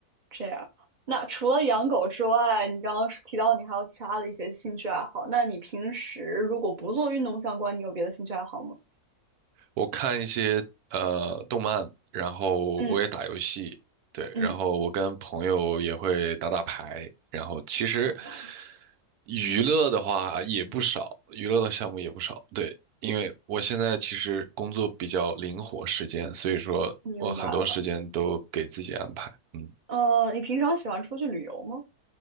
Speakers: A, on the right; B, on the right.
A: 这样。那除了养狗之外，你刚刚是提到你还有其他的一些兴趣爱好。那你平时如果不做运动相关，你有别的兴趣爱好吗？
B: 我看一些呃动漫，然后我也打游戏，
A: 嗯
B: 对，
A: 嗯，
B: 然后我跟朋友也会打打牌，然后其实
A: 哦，
B: 娱乐的话也不少，娱乐的项目也不少，对，因为我现在其实工作比较灵活时间，所以说我很多时间都给自己安排，
A: 明白了。
B: 嗯，
A: 呃，你平常喜欢出去旅游吗？